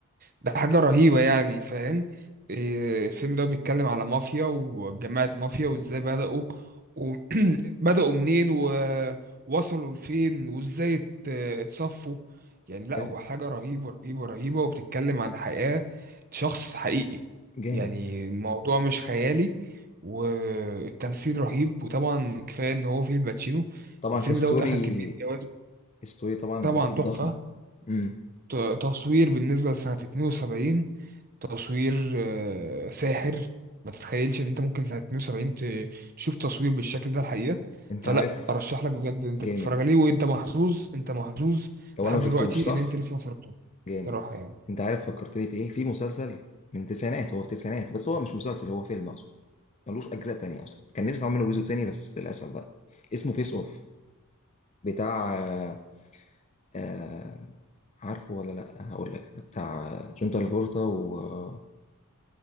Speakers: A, on the right; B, on the left.
A: ده حاجة رهيبة يعني فاهم إيه، الفيلم ده بيتكلم على مافيا وجماعة مافيا وازاي بدأوا وبدأوا <clears throat> منين ووصلوا لفين وازاي ات- اتصفوا يعني لا
B: حلو
A: هو حاجة رهيبة رهيبة رهيبة وبتتكلم عن حياة شخص حقيقي
B: جامد
A: يعني الموضوع مش خيالي والتمثيل رهيب وطبعا كفاية ان هو فيه الباتشينو
B: طبعا
A: الفيلم
B: كستوري
A: دوت أخد كمية جوائز
B: ستوري طبعا
A: طبعا
B: اكيد
A: تحفة
B: ضخمه امم
A: ت- تصوير بالنسبة لسنة 72 تصوير آه، ساحر ما تتخيلش ان انت ممكن سنة 72 ت- تشوف تصوير بالشكل ده الحقيقة
B: انت
A: فلا
B: عارف
A: ارشح لك بجد انت
B: جامد
A: تتفرج عليه وانت محظوظ انت محظوظ
B: لو
A: لحد
B: انا ما شفتوش
A: دلوقتي
B: صح
A: ان انت لسه ما اتفرجتوش
B: جامد
A: صراحة يعني
B: انت عارف فكرتني بايه في مسلسل من التسعينات هو في التسعينات بس هو مش مسلسل هو فيلم اقصد ملوش اجزاء تانية اصلا كان نفسي اعمل منه جزء تاني بس للاسف بقى اسمه فيس اوف بتاع آه آه، عارفه ولا لا هقول لك بتاع آه، جون ترافولتا واسمه